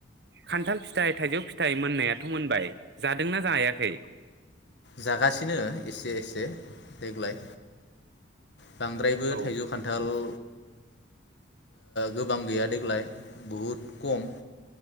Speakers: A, on the right; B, on the left.
A: खानथाल फिथाइ थाइजौ फिथाइ मोननायाथ' मोनबाय जादोंना जायाखै
B: जागासिनो एसे एसे देग्लाय बांद्रायबो
A: औ
B: थाइजौ खानथाल ओ गोबां गैया देग्लाय बहुद खम